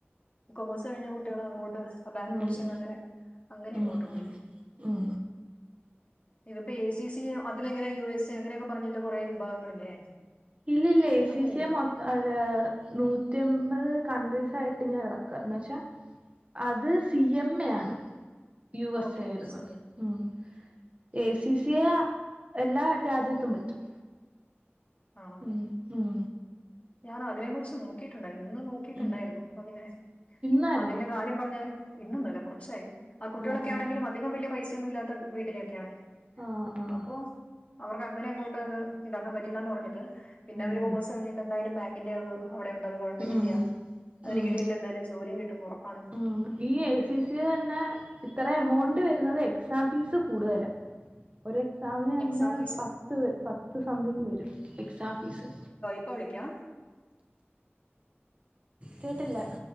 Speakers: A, on the left; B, on the right.
A: കൊമേഴ്സ് കഴിഞ്ഞ കുട്ടികള് അങ്ങോട്ട് ബാങ്ക്
B: ഉം
A: കോച്ചിങ് അങ്ങനെ അങ്ങനെ
B: ഉം
A: അങ്ങോട്ട്
B: ഉം
A: പോയി
B: ഉം
A: ഇതിപ്പോ എ സി സി എ അതിലിങ്ങനെ യു എസ് എ അങ്ങനെയൊക്കെ പറഞ്ഞിട്ട് കൊറെ വിഭാഗങ്ങളില്ലേ
B: ഇല്ല ഇല്ല എസി
A: അങ്ങനെയല്ലേ
B: സി എ മൊത് ല്ലഅത് നൂറ്റിയെമ്പത് കൺട്രീസായിട്ട് ഇങ്ങനെ കെടക്ക എന്ന് വെച്ചാ അത് സി എം എ ആണ് U S
A: okay
B: A ആയിരുന്നത്
A: C എൻ
B: ഉം എ സി സി എ എല്ലാ രാജ്യത്തും പറ്റും
A: ആണോ
B: ഉം ഉം
A: ഞാൻ അതിനെ കുറിച്ച് നോക്കിട്ടുണ്ടാരുന്നു ഇന്ന് നോക്കിട്ടുണ്ടാരുന്നു
B: ഉം
A: അപ്പ പിന്നെ
B: ഇന്നായിരുന്നോ
A: അതിന്റ കാര്യ ര്യം പറഞ്ഞാല് ഇന്നൊന്നല്ല കുറച്ചായി ആ കുട്ടികളൊക്കെ
B: ആഹ്
A: ആണെങ്കിലും
B: ആഹ്
A: അധികം വല്യ പൈസയൊന്നും ഇല്ലാത്ത വീട്ടിലേക്കെയാണേ
B: ആഹ് ആഹ്
A: അപ്പൊ അവർക്ക് അങ്ങനെ അങ്ങോട്ട് അത് ഇണ്ടാക്കാൻ പറ്റില്ലാന്ന് പറഞ്ഞിട്ട് പിന്നെ
B: ഉം
A: അവരു കൊമേഴ്സ് കിഞ്ഞിട്ട എന്തായാലും ബാങ്കിന്റെ അത് അവിടെ ഉണ്ടത് അത് ഗവൺമെന്റിന്റെയാ
B: ഉം
A: അതില്
B: ഉം
A: കിട്ടീട്ട്ണ്ടെ എന്തായാലും ജോലിം കിട്ടും ഉറപ്പാണ്
B: ഉം ഈ എ സി സി എ തന്നെ ഇത്ര എമൗണ്ട് വരുന്നത് എക്സാം ഫീസ് കൂടുതലാ ഒരു എക്സാമിന് തന്നെ
A: എക്സാം ഫീസ്
B: പത്ത് വര് പത്ത് സംതിങ് വരും എക്സാം ഫീസ്
A: ഇപ്പ വിളിക്കാം
B: കേട്ടില്ല